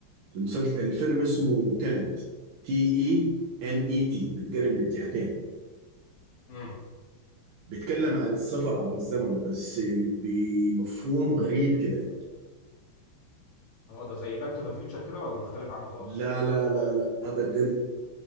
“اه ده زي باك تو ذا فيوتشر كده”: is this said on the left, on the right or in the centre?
Left